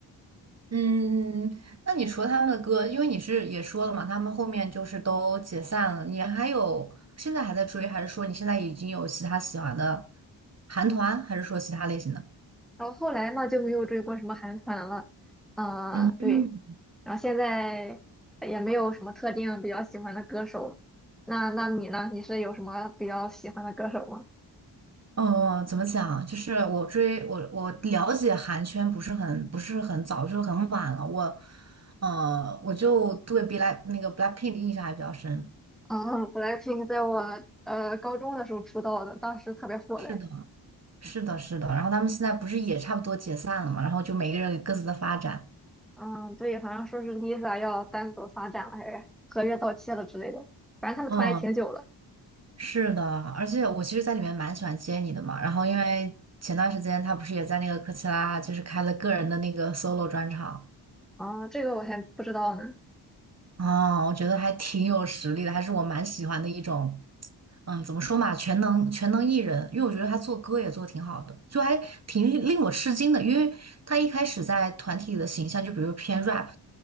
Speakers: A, on the right; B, in the centre.
A: 嗯，嗯那你除了他们的歌，因为你是也说了嘛，他们后面就是都解散了，你还有现在还在追，还是说你现在已经有其他喜欢的韩团，还是说其他类型的？
B: 然后后来嘛就没有追过什么韩团了，啊、
A: 嗯。
B: 对，然后现在也没有什么特定比较喜欢的歌手。那那你呢？你是有什么比较喜欢的歌手吗？
A: 嗯，呃，怎么讲？就是我追我我了解韩圈不是很不是很早，就是很晚了。我，呃，我就对 Black 那个 Blackpink 的印象还比较深。
B: <laughs> 嗯，BLACKPINK 在我呃高中的时候出道的，当时特别火的。
A: 是的，是的，是的。然后他们现在不是也差不多解散了嘛？然后就每个人有各自的发展。
B: 嗯，对，好像说是 Lisa 要单独发展了，还是合约到期了之类的。反正他们团也挺久了。
A: 嗯。是的，而且我其实在里面蛮喜欢接你的嘛。然后因为前段时间他不是也在那个科切拉，就是开了个人的那个 solo 专场
B: 啊、这个我还不知道呢。
A: 啊，我觉得还挺有实力的，还是我蛮喜欢的一种，嗯，怎么说嘛，全能全能艺人。因为我觉得他做歌也做挺好的，就还挺令我吃惊的，因为他一开始在团体里的形象就比如偏 rap